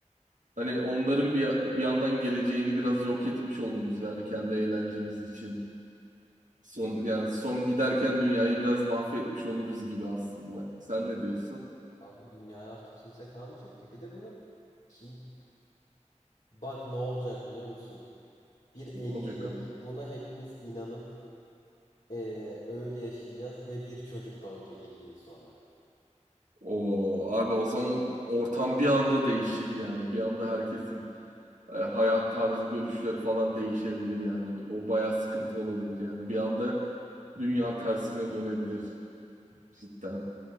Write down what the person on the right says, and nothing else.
Hani onların bir bir yandan geleceğini biraz yok etmiş oluruz yani kendi eğlencemiz için. Son yani son giderken dünyayı biraz mahvetmiş oluruz gibi aslında. Sen ne diyorsun?
Ne
olacak
abi?
O abi o zaman ortam bir anda değişir yani. Bir anda herkesin e, hayat tarzı görüşleri falan değişebilir yani. O bayağı sıkıntı olabilir yani. Bir anda dünya tersine dönebilir cidden.